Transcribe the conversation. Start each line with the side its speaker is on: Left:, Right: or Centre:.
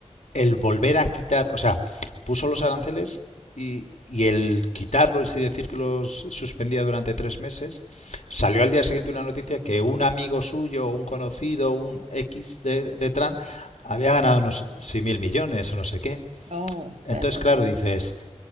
Left: el volver a quitar, o sea, puso los aranceles y, y el quitarlos y decir que los suspendía durante tres meses, salió al día siguiente una noticia que un amigo suyo, un conocido, un X de, de Tran, había ganado unos 6.000 millones o no sé qué.
Right: Oh,
Left: Entonces,
Right: ya, ya,
Left: claro,
Right: ya.
Left: dices,